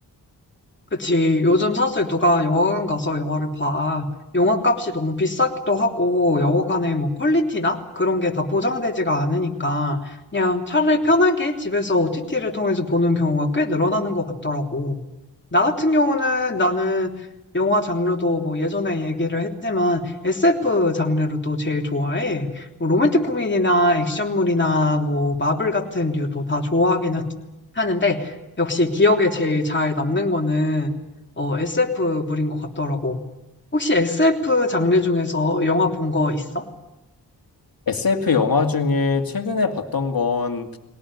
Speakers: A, on the left; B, on the left.
A: 그치. 요즘 사실 누가 영화관 가서 영화를 봐. 영화 값이 너무 비싸기도 하고, 영화관의 뭐 퀄리티나 그런 게 다 보장되지가 않으니까, 그냥 차라리 편하게 집에서 OTT를 통해서 보는 경우가 꽤 늘어나는 것 같더라고. 나 같은 경우는 나는 영화 장르도 뭐 예전에 얘기를 했지만 SF 장르를 또 제일 좋아해. 뭐 로맨틱 코미디나 액션물이나 뭐 마블 같은 류도 다 좋아하긴 하- 하는데 역시 기억에 제일 잘 남는 거는 어, SF물인 것 같더라고. 혹시 SF 장르 중에서 영화 본 거 있어?
B: SF 영화 중에 최근에 봤던 건